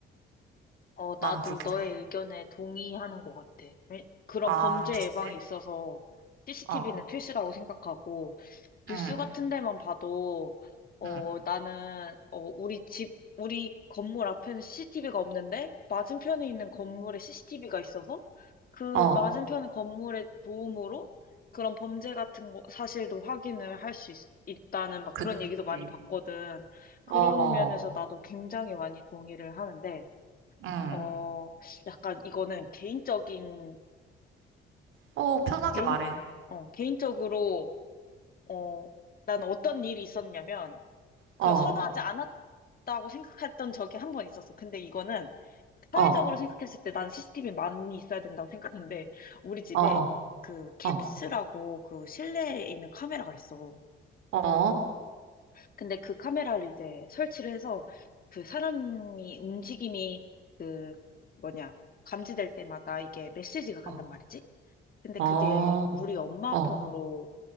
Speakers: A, on the left (about 45°); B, on the right (about 90°).
A: 어,
B: 나는
A: 나도
B: 그렇게
A: 너의
B: 생각.
A: 의견에 동의하는 것 같아. 왜- 그런
B: 아,
A: 범죄
B: 비슷해?
A: 예방에 있어서 CCTV는
B: 어,
A: 필수라고 생각하고, 뉴스
B: 응,
A: 같은 데만 봐도, 어,
B: 응,
A: 나는, 어, 우리 집, 우리 건물 앞에는 CCTV가 없는데, 맞은편에 있는 건물에 CCTV가 있어서, 그
B: 어,
A: 맞은편 건물의 도움으로 그런 범죄 같은 거, 사실도 확인을 할 수 있다는 막
B: 그치.
A: 그런 얘기도 많이 봤거든. 그런
B: 어,
A: 면에서 나도 굉장히 많이 동의를 하는데,
B: 응.
A: 어, 약간 이거는 개인적인,
B: 어, 편하게
A: 개인,
B: 말해.
A: 어, 개인적으로, 어, 난 어떤 일이 있었냐면,
B: 어,
A: 그걸
B: 어,
A: 선호하지 않았다고 생각했던 적이 한 번 있었어. 근데 이거는 사회적으로
B: 어,
A: 생각했을 때 난 CCTV 많이 있어야 된다고 생각하는데, 우리 집에
B: 어.
A: 그 캡스라고
B: 어.
A: 그 실내에 있는 카메라가 있어.
B: 어,
A: 근데 그 카메라를 이제 설치를 해서 그 사람이 움직임이 그 뭐냐, 감지될 때마다 이게 메시지가 간단
B: 어,
A: 말이지? 근데
B: 어,
A: 그게 우리 엄마
B: 어,
A: 폰으로